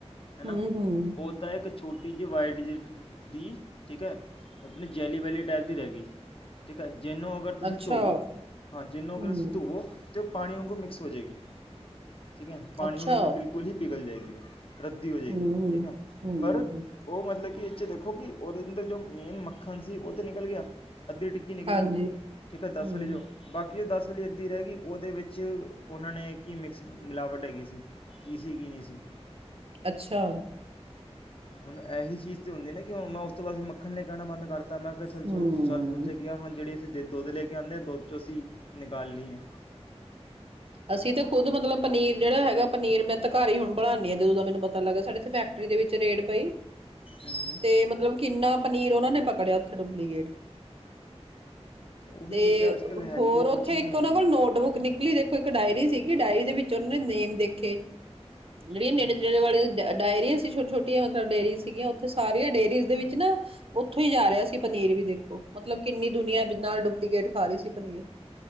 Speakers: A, on the left (about 55°); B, on the right (about 60°).
A: ਹੈਂਨਾ,
B: ਹੂੰ ਹੂੰ
A: ਓਦਾਂ ਇੱਕ ਛੋਟੀ ਜਿਹੀ ਵਾਈਟ ਜੀ ਡੀ। ਠੀਕ ਹੈ, ਆਪਣੀ ਜੈਲੀ ਵੈਲੀ ਟਾਈਪ ਦੀ ਰਹਿ ਗਈ। ਠੀਕ ਹੈ। ਜੈਨੋ ਅਗਰ ਤੁਸੀਂ
B: ਅੱਛਾ
A: ਧੋਵੋ। ਹਾਂ, ਜੈਨੋ ਅਗਰ
B: ਹੂੰ
A: ਤੁਸੀਂ ਧੋਵੋ। ਜੋ ਪਾਣੀ ਵਾਂਗੂ ਮਿਕਸ ਹੋ ਜਾਏਗੀ। ਠੀਕ ਹੈ, ਪਾਣੀ
B: ਅੱਛਾ
A: ਵਾਂਗੂ ਬਿਲਕੁਲ ਹੀ ਪਿਘਲ ਜਾਏਗੀ। ਵੀਓ। ਰੱਦੀ ਹੋ ਜਾਇਗੀ।
B: ਹੂੰ
A: ਠੀਕ
B: ਹੂੰ
A: ਹੈ,
B: ਹੂੰ
A: ਪਰ ਉਹ ਮਤਲਬ ਕਿ ਇਸ ਚ ਦੇਖੋ ਕਿ, ਉਹਦੇ ਅੰਦਰ ਜੋ ਮੇਨ ਮੱਖਣ ਸੀ ਉਹ ਤੇ ਨਿਕਲ ਗਿਆ। ਅੱਧੀ ਟਿੱਕੀ ਨਿਕਲ
B: ਹਾਂਜੀ
A: ਗਈ। ਠੀਕ ਹੈ, ਦਸ
B: ਹੂੰ
A: ਆਲੀ ਚੋ ਬਾਕੀ ਕਿ ਉਹ ਦਸ ਵਾਲੀ ਅੱਧੀ ਰਹਿ ਗਈ ਉਹਦੇ ਵਿੱਚ ਉਹਨਾਂ ਨੇ ਕੀ ਮਿਕਸ ਮਿਲਾਵਟ ਹੈਗੀ ਸੀ ਕੀ ਸੀ ਕੀ ਨਹੀਂ ਸੀ
B: ਅੱਛਾ।
A: ਹੁਣ ਇਹੀ ਚੀਜ਼ ਤੇ ਹੁੰਦੀ ਨਾ ਕਿ ਮੈਂ ਉਸ ਤੋਂ ਬਾਅਦ ਮੱਖਣ ਲਈ ਕਹਿਣਾ ਬੰਦ ਕਰਤਾ ਤਾਂ ਮੈਂ ਕਿਹਾ ਚੱਲ ਸੋਚ
B: ਹੂੰ
A: ਚੱਲ ਸੋਚਿਆ ਕਿ ਜਿਹੜੀ ਅਸੀਂ- ਅਤੇ ਦੁੱਧ ਲੈ ਕੇ ਆਉਂਦੇ ਦੁੱਧ 'ਚ ਅਸੀਂ ਨਿਕਾਲ ਲਈਏ
B: ਅਸੀਂ ਤਾਂ ਖੁਦ ਮਤਲਬ ਪਨੀਰ ਜਿਹੜਾ ਹੈਗਾ ਪਨੀਰ ਮੈਂ ਤਾਂ ਘਰ ਹੀ ਹੁਣ ਬਣਾਨੀ ਆ ਜਦੋਂ ਦਾ ਮੈਨੂੰ ਪਤਾ ਲੱਗਾ ਸਾਡੇ ਫੈਕਟਰੀ ਦੇ ਵਿੱਚ ਰੇਡ ਪਈ
A: ਹੂੰ
B: ਤੇ ਮਤਲਬ ਕਿੰਨਾ ਪਨੀਰ ਉਹਨਾਂ ਨੇ ਪਕੜਿਆ ਉੱਥੇ ਡੁਪਲੀਕੇਟ
A: ਉਹੀ
B: ਤੇ
A: ਚੀਜ਼ਾਂ ਅੱਜ ਕੱਲ੍ਹ ਹੈਲਦੀ
B: ਹੋਰ ਉੱਥੇ
A: ਕੁਛ ਨਹੀਂ
B: ਇੱਕ
A: ਹੈਗੀਆਂ
B: ਉਹਨਾਂ ਕੋਲ ਨੋਟਬੁੱਕ ਨਿਕਲੀ ਜਿਸ ਤੇ ਇੱਕ ਡਾਇਰੀ ਸੀ ਡਾਇਰੀ ਦੇ ਵਿੱਚ ਉਹਨਾਂ ਨੇਮ ਦੇਖੇ ਜਿਹੜੀਆਂ
A: ਹੂੰ
B: ਨੇੜੇ-ਨੇੜੇ ਵਾਲੀਆਂ ਡਾਇਰੀਆਂ ਸੀ ਛੋਟੀਆਂ-ਛੋਟੀਆਂ ਸਾਡੇ ਡੇਅਰੀਜ਼ ਸੀਗੀਆਂ ਉੱਥੇ ਸਾਰੀਆਂ ਡੇਅਰੀਜ਼ ਦੇ ਵਿੱਚ ਨਾ ਉੱਥੋਂ ਹੀ ਜਾ ਰਿਹਾ ਸੀ ਪਨੀਰ ਵੀ ਦੇਖੋ। ਮਤਲਬ ਕਿੰਨੀ ਦੁਨੀਆਂ ਨਾਲ ਡੁਪਲੀਕੇਟ ਖਾ ਰਹੀ ਸੀ ਪਨੀਰ